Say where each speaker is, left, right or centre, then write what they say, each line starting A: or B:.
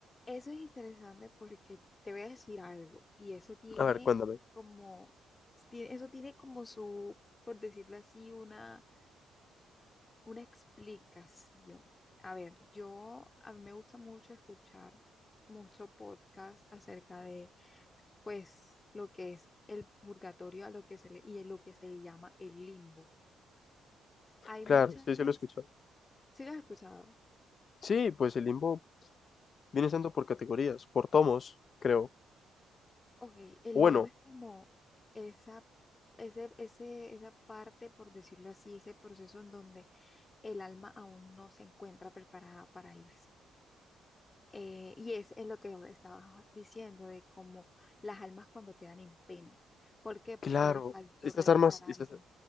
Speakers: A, on the left (about 25°); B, on the left (about 50°).
A: eso es interesante porque te voy a decir algo y eso tiene
B: A ver, cuéntame.
A: como, tiene- eso tiene como su, por decirlo así, una, una explicación. A ver, yo, a mí me gusta mucho escuchar mucho podcast acerca de, pues, lo que es el purgatorio a lo que se le, y lo que se le llama el limbo. Hay
B: Claro,
A: muchas,
B: sí, se lo he escuchado.
A: ¿sí lo has escuchado?
B: Sí, pues el limbo viene siendo por categorías, por tomos, creo.
A: Ok, el
B: O
A: limbo
B: Bueno,
A: es como esa, ese, ese, esa parte, por decirlo así, ese proceso en donde el alma aún no se encuentra preparada para irse. Eh, y es, es lo que estabas diciendo, de cómo las almas cuando quedan en pena. ¿Por qué? Porque
B: claro,
A: les faltó
B: estas
A: realizar
B: armas,
A: algo.
B: estas,